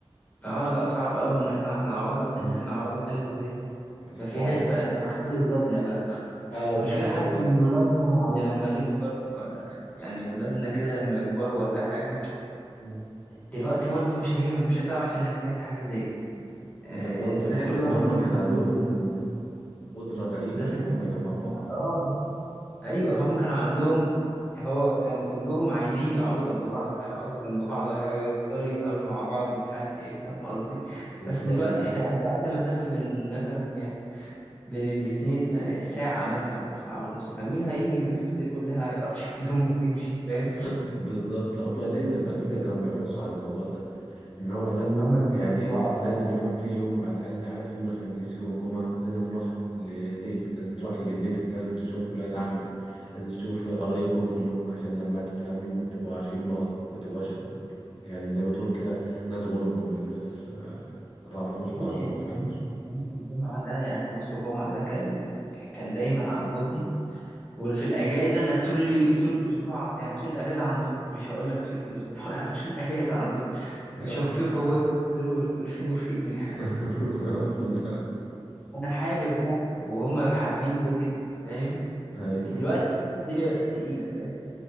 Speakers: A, on the left; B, on the left.
A: آه لأ صعب أوي إن إحنا هنعوضها تاني
B: مم.
A: هنعوضها تاني إزاي
B: بس
A: مفيهاش
B: تعرف
A: بقى نبقى نخلي ولادنا بقى
B: اه بجد
A: المشكلة حتى
B: والله
A: إن ولادنا يعني لما نكبر ولا يعني ولادنا كده لما يكبروا ولا حاجة
B: مم.
A: دلوقتي برضو مش هي مش هتعرف إنك تعمل حاجة زي دي آه،
B: بالظبط
A: أنت
B: تحس
A: كل
B: ان
A: واحد
B: هما
A: ساكن
B: كان عندهم
A: في حتة،
B: قدرة غريبة
A: وده ساكن
B: ان هما
A: في
B: يجمعوا
A: حتة.
B: بعض
A: آه أيوة هم كانوا عندهم هو كانوا كلهم عايزين يقعدوا جنب بعض وهيقعدوا جنب بعض وهيفضلوا يتقابلوا مع بعض ومش عارف إيه فاهم قصدي
B: بالظبط
A: بس دلوقتي إحنا أنت أقل مسافة بين مثلا يعني بين الاتنين م- ساعة مثلا ولا ساعة ونص فمين هيجي المسافة دي كلها هيقضي <laughs> يوم
B: <laughs>
A: ويمشي
B: آه.
A: فاهم
B: بالظبط هما دايما على فكرة كانوا بيحرصوا على الموضوع ده ان هو لا
A: إن هما يبقوا
B: يعني
A: جنب بعض
B: لازم يكون في يوم على الاقل عارف يوم الخميس يوم الجمعه لازم نروح لتيتك لازم تروح لجدتك لازم تشوف ولاد عمك لازم تشوف قرايبكم كلكم عشان لما تتقابلوا تبقوا عارفين بعض ما تبقاش يعني زي ما تقول كده ناس غرب ولا ناس آه، ما تعرفوش بعض
A: ماشي
B: او
A: ده
B: ما تتكلموش
A: الخميس الخميس والجمعة ده يعني الخميس والجمعة ده كان كان دايما عندهم وفي الأجازة أنا طول طول الأسبوع يعني طول الأجازة عندهم مش هقول لك طول الأسبوع <laughs> أنا طول الأجازة عندهم كنت
B: اه
A: شوف شوف أبويا وأمي ضروري كل فين وفين يعني
B: <laughs> بالظبط.
A: أنا حابب ده وهم حابين ده جدا فاهم
B: ايوه
A: دلوقتي تحس الدنيا بقت تقيلة فاهم